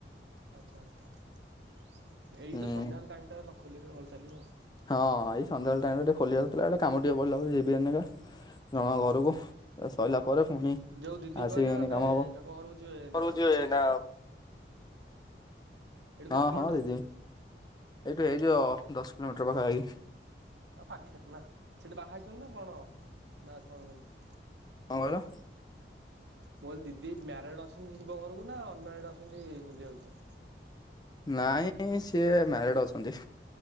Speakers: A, on the right; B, on the left.
A: ଆଚ୍ଛା ଆଚ୍ଛା ଏଇ
B: ହୁଁ।
A: ତ ସନ୍ଧ୍ୟାବେଳେ ଟାଇମ୍ଟା ଖୋଲିବେ ଭଲ ଚାଲିବ ଆଉ।
B: ହଁ ଏଇ ସନ୍ଧ୍ୟାବେଳେ ଟାଇମ ଟିକେ ଖୋଲିବାର ଥିଲା ଏଟା କାମ ଟିକେଢିଲା ଯିବି। ଜଣ
A: ହଁ
B: ଘରକୁ
A: ହଁ
B: ସରିଲା ପରେ ପୁଣି।
A: ଯୋଉ ଦିଦି
B: ଆସିକି
A: କହିଲେ
B: ଏଇନେ
A: ମାନେ
B: କାମ ହବ।
A: ତାଙ୍କ ଘର ହଉଛି
B: ଘରକୁ
A: ନା ଆଉ
B: ଯିବେ ନା
A: କେତେ
B: ହଁ
A: କିଲୋମିଟର?
B: ହଁ ଦିଦି ଏଇଠୁ ହେଇଯିବ ଦଶ କିଲୋମିଟର ପାଖାଖି।
A: ଆଉ ପାଖରେ ନା ସେଠି ବାହାଇଛନ୍ତି ନା କଣ ନା କଣ କେମତି?
B: କଣ କହିଲ?
A: ମୁଁ କହିଲି ଦିଦି ମ୍ୟାରିଡ ଅଛନ୍ତି ଯିବ ଘରକୁ ନା ଅନମାରିଡ ଅଛନ୍ତି ବୁଲିବାକୁ ଯିବ।
B: ନାଇଁ ସିଏ ମ୍ୟାରିଡ ଅଛନ୍ତି।